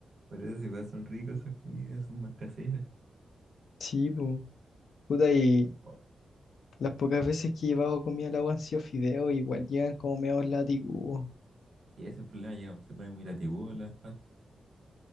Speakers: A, on the right; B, on the left.
A: Por eso igual son ricos esas comidas, son más caseras.
B: Sí, pues. Puta, y
A: Oh,
B: las pocas veces que he llevado comida al agua han sido fideo, igual llegan como medio látigo.
A: y ese es el problema, llegamos, se ponen muy latigudos las pastas.